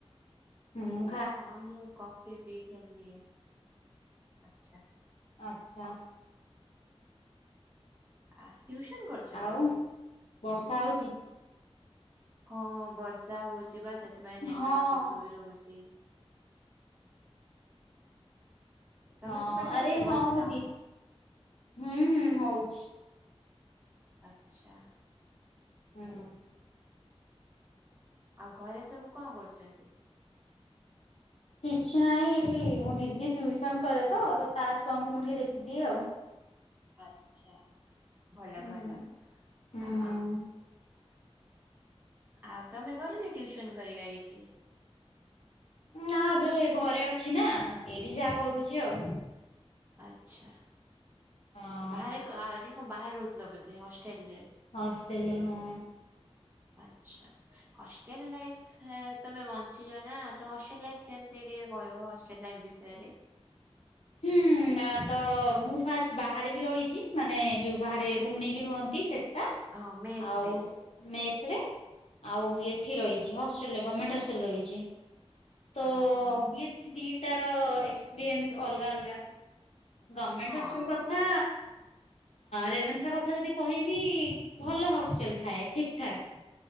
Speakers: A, on the left; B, on the right.
A: ହୁଁ
B: ହଁ ମୁଁ କଫି ପିଥିଲି, ଆଛା।
A: ଆଛା।
B: ଆ ଟିଉସନ କରଛ
A: ଆଉ
B: ତମେ?
A: ବର୍ଷା ହଉଛି।
B: ହଁ ବର୍ଷା ହଉଛି ବା ସେଥିପାଇଁ ନେଟୱାର୍କ
A: ହଁ।
B: ଇସୁ ବି ରହୁଛି। ତମେ
A: ହଁ
B: ସେପଟେ ହଉଛି
A: ଆରେ ହଁ
B: ବର୍ଷା?
A: ମୁଁ ଦି ହୁଁ ହୁଁ ହଉଛି।
B: ଆଛା।
A: ହୁଁ ହଁ
B: ଆଉ ଘରେ ସବୁ କଣ କରୁଛନ୍ତି?
A: କିଛି ନାହିଁ, ଏଠି ମୋ ଦିଦି ଟିଉସନ କରେ ତ, ତା ଛୁଆଙ୍କୁ ମୁଁ ଟିକେ ଦେଖିଦିଏ ଆଉ
B: ଆଛା ଭଲ
A: ହୁଁ।
B: ଭଲ
A: ହୁଁ
B: ଆ ଆଉ ତମେ କରୁନି ଟ୍ୟୁସନ କରିକା କିଛି
A: ନା ଏବେ ଘରେ ଅଛି ନା ଏଇଠି ଯାହା କରୁଛି ଆଉ
B: ଆଚ୍ଛା
A: ହଁ
B: ବାହାରେ କଆ ଆଗେ କଣ ବାହାରେ ରହୁଥିଲ ବୋଧେ ହଷ୍ଟେଲ ରେ
A: ହଷ୍ଟେଲରେ ହଁ।
B: ଆଚ୍ଛା ହଷ୍ଟେଲ ଲାଇଫ ହଁ ତମେ ବଞ୍ଚିଛ ନା ତ ହଷ୍ଟେଲ ଲାଇଫ କେମିତି ଟିକେ କହିବ ହଷ୍ଟେଲ ଲାଇଫ ବିଷୟରେ।
A: ହୁଁ ତ ମୁଁ ଫାଷ୍ଟ ବାହାରେ ବି ରହିଛି, ମାନେ ଯୋଉ ବାହାରେ ନେଇ କି ରୁହନ୍ତି ସେଟା
B: ହଁ ମେସ
A: ଆଉ
B: ରେ
A: ମେସରେ ଆଉ
B: ଆଚ୍ଛା
A: ଏଠି ରହିଛି ହଷ୍ଟେଲରେ ଗମେଣ୍ଟ ହଷ୍ଟେଲରେ ରହିଛି। ତ
B: ଓହୋ
A: ଓବିସଲି ଦିଟାର ଏକ୍ସପିରିଏନ୍ସ ଅଲଗା ଅଲଗା। ଗମେଣ୍ଟେ
B: ହଁ
A: ହଷ୍ଟେଲ କ ଥା ରେଭେନ୍ସା କଥା ଯଦି କହିବି ଭଲ ହଷ୍ଟ ଟେଲ ଥାଏ ଠିକ ଠାକ